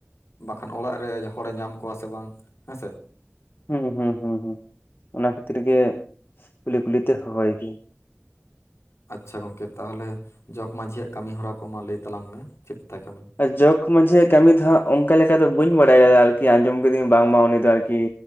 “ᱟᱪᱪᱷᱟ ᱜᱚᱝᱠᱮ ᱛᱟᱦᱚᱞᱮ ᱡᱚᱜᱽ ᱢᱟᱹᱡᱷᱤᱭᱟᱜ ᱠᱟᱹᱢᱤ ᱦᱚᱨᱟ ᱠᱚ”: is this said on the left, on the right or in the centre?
Left